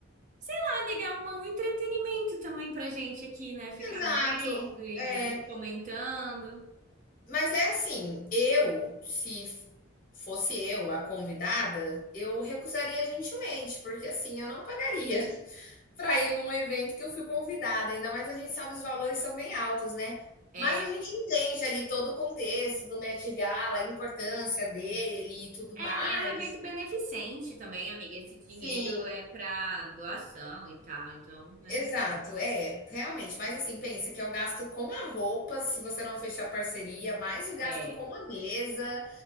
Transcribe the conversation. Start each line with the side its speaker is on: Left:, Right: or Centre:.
Right: Sei lá, amiga, é uma- um entretenimento também pra gente aqui, né? Ficar
Left: exato.
Right: vendo e
Left: É,
Right: comentando.
Left: Mas é assim, eu, se fosse eu a convidada, eu recusaria gentilmente, porque assim, eu não pagaria <laughs> para ir num evento que eu fui convidada, ainda mais a gente sabe os valores são bem altos, né?
Right: É,
Left: Mas a gente entende ali todo o contexto do Met Gala, a importância dele e tudo
Right: é,
Left: mais.
Right: e é um evento beneficente também, amiga. Esse dinheiro
Left: Sim,
Right: é pra doação e tal, então, né?
Left: exato, é, realmente. Mas assim, pensa que é o gasto com a roupa, se você não fechar parceria, mais o gasto
Right: É.
Left: com a mesa